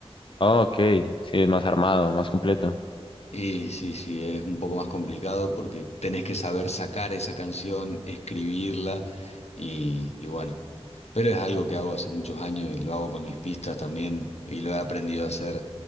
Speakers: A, on the left; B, on the left.
A: Ah, ok, sí, es más armado, más completo.
B: Y sí, sí, es un poco más complicado porque tenés que saber sacar esa canción, escribirla y, y bueno. Pero es algo que hago hace muchos años y lo hago con mis pistas también y lo he aprendido a hacer